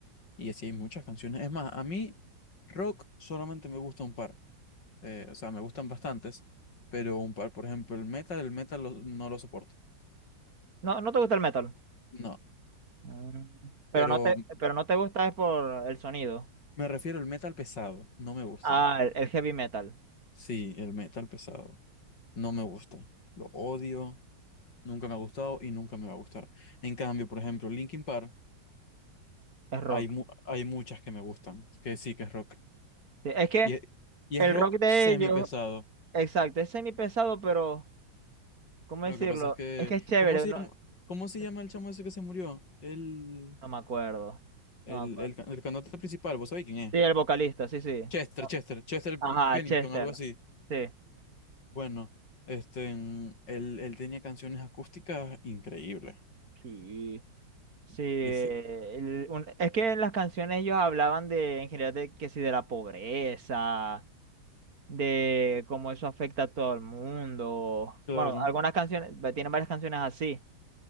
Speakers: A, on the left; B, on the right.
A: Y así hay muchas canciones. Es más, a mí rock solamente me gusta un par, eh, o sea, me gustan bastantes, pero un par, por ejemplo, el metal, el metal lo- no lo soporto.
B: no, no te gusta el metal,
A: No,
B: Mm. pero
A: pero
B: no te, pero no te gusta es por el sonido,
A: me refiero al metal pesado, no me gusta.
B: ah, el, el heavy metal,
A: Sí, el metal pesado. No me gusta. Lo odio, nunca me ha gustado y nunca me va a gustar. En cambio, por ejemplo, Linkin Park,
B: es rock,
A: hay, mu- hay muchas que me gustan, que sí que es rock.
B: Sí, es que
A: Y, es y
B: el
A: es rock
B: rock de
A: semi
B: ellos,
A: pesado.
B: exacto, es semi pesado, pero... ¿Cómo
A: Lo
B: decirlo?
A: que pasa es que,
B: Es que es chévere,
A: ¿cómo se
B: ¿no?
A: llama, cómo se
B: No
A: llama el chamo ese que se murió? El,
B: me acuerdo. No
A: el,
B: me acuerdo.
A: el, ca- el cantante principal, ¿vos sabéis quién es?
B: Sí, el vocalista, sí, sí.
A: Chester,
B: No.
A: Chester, Chester B-
B: Ajá,
A: Bennington,
B: Chester.
A: algo así.
B: Sí.
A: Bueno, este, en- él, él tenía canciones acústicas increíbles.
B: Sí. Sí. el-
A: Ese,
B: un- es que en las canciones ellos hablaban de, en general, de que sí, de la pobreza, de cómo eso afecta a todo el mundo.
A: claro,
B: Bueno, algunas canciones, va- tienen varias canciones así.